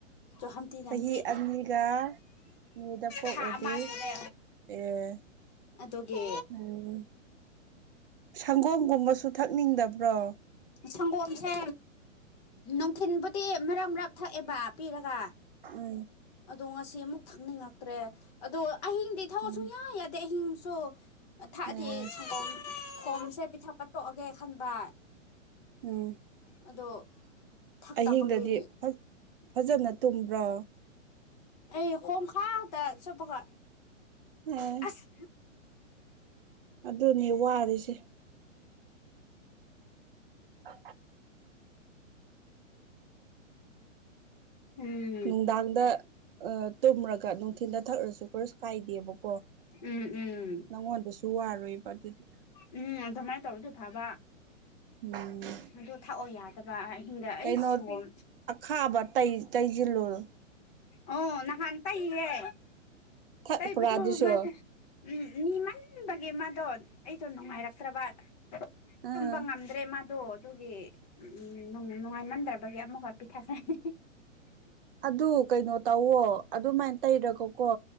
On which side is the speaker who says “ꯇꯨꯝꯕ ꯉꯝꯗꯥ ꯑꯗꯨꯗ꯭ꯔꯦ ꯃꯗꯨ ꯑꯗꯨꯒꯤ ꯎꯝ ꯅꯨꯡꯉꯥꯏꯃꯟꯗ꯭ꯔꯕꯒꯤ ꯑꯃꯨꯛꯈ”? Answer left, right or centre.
Left